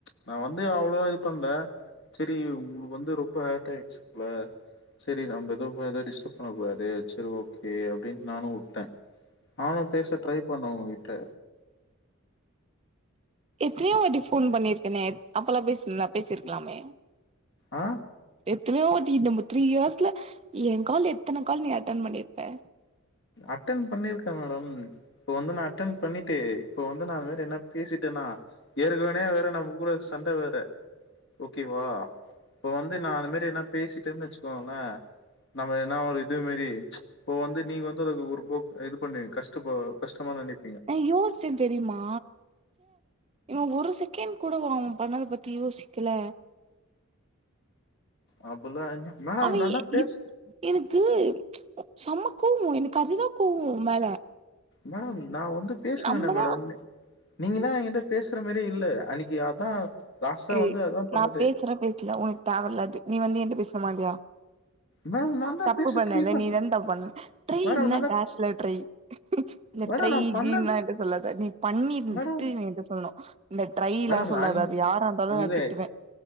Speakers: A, on the left; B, on the right.
A: நா வந்து அவ்ளோ இது பண்ல செரி உங்களுக்கு வந்து ரொம்ப ஹார்ட் ஆயிர்ச்சு போல செரி நம்ப எதுவு அத டிஸ்டப் பண்ணக்கூடாது செரி ஓகே அப்டின் நானு வுட்டே நானு பேச ட்ரை பண்ண ஒங்ககிட்ட
B: எத்தனயோவாட்டி ஃபோன் பண்ணிருக்கனே அப்பலா பேசிருந்தா பேசிருக்கலாமே
A: ஆ
B: எத்தனியோவாட்டி நம த்ரீ இயர்ஸ்ல என் கால் எத்தன கால் நீ அட்டன் பண்ணிருப்ப
A: அட்டன் பண்ணிருக்கே மேடம் இப்ப வந்து நா அட்டன் பண்ணிட்டு இப்ப வந்து நா அது மாரி என்ன பேசிட்டேன்னா ஏற்கனவே வேற நமகுள்ள சண்ட வேற ஓகேவா இப்ப வந்து நா அந்த மேரி எதுனா பேசிட்டேனு வச்சிக்கோங்களே நம்ம என்னா ஒரு இது மேரி இப்போ வந்து நீங்க வந்து அதுக்கு ஒருபோ இது பண்ணு கஷ்டப்ப கஷ்டமான நனைப்
B: நா யோசிச்சே தெரியுமா இவன் ஒரு செகண்ட் கூடவா அவ பண்ணத பத்தி யோசிக்கல
A: அப்டில்லா இல்ல மேம்
B: அவ
A: நான்தா பேசு
B: எ எனக்கு செம்ம கோவோ எனக்கு அதுதா கோவோ ஒம்மேல
A: மேடம் நா வந்து பேசுனனே
B: நம்மதா
A: மேடம் நீங்கதா எங்கிட்ட பேசுற மாரியே இல்ல அன்னைக்கு அதா லாஸ்ட்டா
B: ஏய்
A: வந்து அதா பண்ணுது
B: நா பேசுற பேசல ஒனக்கு தேவயல்ல அது நீ வந்து என்ட்ட பேசனுமா இல்லயா
A: மேடம் நான்தா
B: தப்பு
A: பேச
B: பண்ணல
A: ட்ரை பண்
B: நீதான்டா பண்ண ட்ரை
A: மேடம்
B: என்ன
A: நான்தா
B: டேஷ்ல ட்ரை இந்த
A: மேடம்
B: ட்ரை
A: நா பண்ண
B: கிய்ன்லா என்ட சொல்லாத நீ பண்ணிர்ன்டு
A: மேடம்
B: என்ட்ட சொல்லணு இந்த ட்ரைலா
A: மேடம்
B: சொல்லாத
A: அன்னைக்கு
B: அது யாராருந்தாலு நா
A: இல்ல
B: திட்டுவே